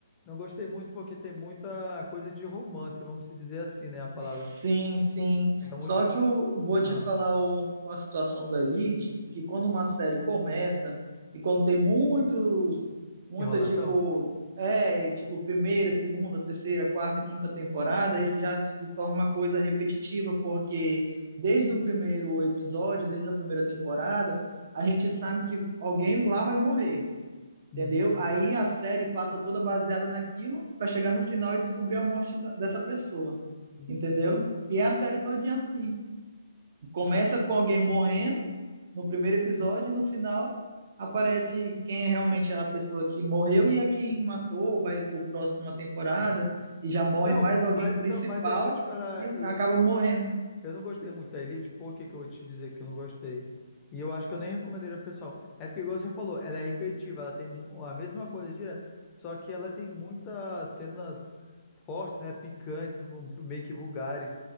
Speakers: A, on the left; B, on the right.
A: Não gostei muito porque tem muita coisa de romance, vamos se dizer assim, né? A palavra.
B: Sim, sim.
A: É muita.
B: Só que eu vou
A: Ah,
B: te falar o, uma situação da Elite, que quando uma série começa e quando tem muitos, muita
A: enrolação?
B: tipo, é, tipo primeira, segunda, terceira, quarta, quinta temporada, isso já se torna uma coisa repetitiva, porque desde o primeiro episódio, desde a primeira temporada, a gente sabe que alguém lá vai morrer.
A: Uhum,
B: Entendeu? Aí a série passa toda baseada naquilo para chegar no final e descobrir a morte da- dessa pessoa.
A: uhum.
B: Entendeu? E é a série todinha assim. Começa com alguém morrendo no primeiro episódio e no final aparece quem é realmente é a pessoa que morreu e a quem matou, vai para pro próxima temporada
A: Uhum.
B: e já morre
A: Não,
B: mais alguém
A: mas,
B: principal
A: não, mas eu vou te falar,
B: e
A: eu
B: acaba
A: não
B: morrendo.
A: Eu não gostei muito da Elite, por que que eu vou te dizer que eu não gostei? E eu acho que eu nem recomendaria pro pessoal. É porque, igual você falou, ela é repetitiva, ela tem mu- a mesma coisa direto. Só que ela tem muitas cenas fortes, né? Picantes, um- meio que vulgares.